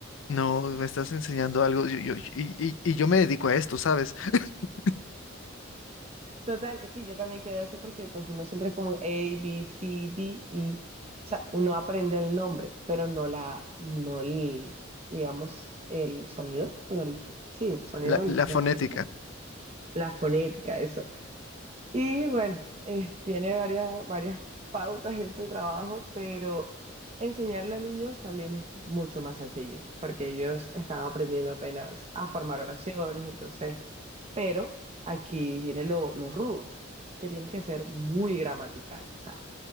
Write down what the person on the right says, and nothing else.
<laughs> Total, es que yo también quedé así porque pues uno siempre es como A, B, C, D, y O sea, uno aprende el nombre, pero no la, no el, digamos, el sonido, o el, fo- sí, el sonido
de
la letra. La fonética, eso. Y bueno, eh, tiene varias, varias pautas ese trabajo, pero enseñarle a niños también es mucho más sencillo, porque ellos están aprendiendo apenas a formar oraciones, entonces, pero aquí viene lo, lo rudo, que tienes que ser muy gramatical. O sea,